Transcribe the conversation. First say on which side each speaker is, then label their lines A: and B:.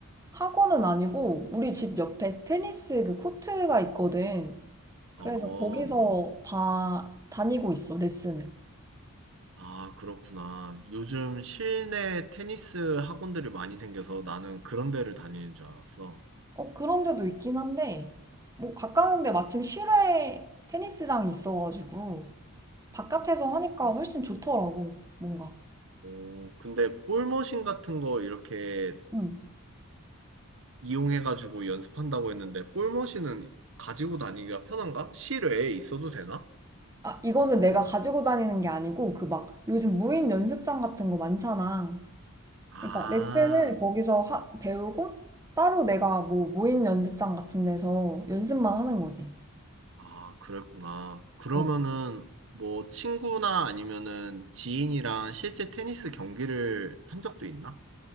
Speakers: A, on the right; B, on the right.
A: 학원은 아니고 우리 집 옆에 테니스 그 코트가 있거든.
B: 어,
A: 그래서 거기서 봐, 다니고 있어, 레슨을.
B: 아, 그렇구나. 요즘 실내 테니스 학원들이 많이 생겨서 나는 그런 데를 다니는 줄 알았어.
A: 어, 그런 데도 있긴 한데, 뭐 가까운데 마침 실외 테니스장이 있어가지고
B: 음,
A: 바깥에서 하니까 훨씬 좋더라고, 뭔가.
B: 오, 근데 볼머신 같은 거 이렇게
A: 응.
B: 이용해가지고 연습한다고 했는데, 볼머신은 가지고 다니기가 편한가? 실외에 있어도 되나?
A: 아, 이거는 내가 가지고 다니는 게 아니고 그 막 요즘 무인 연습장 같은 거 많잖아.
B: 아,
A: 그러니까 레슨은 거기서 하- 배우고 따로 내가 뭐 무인 연습장 같은 데서 연습만 하는 거지.
B: 아, 그랬구나. 그러면은
A: 어.
B: 뭐 친구나 아니면은 지인이랑 실제 테니스 경기를 한 적도 있나?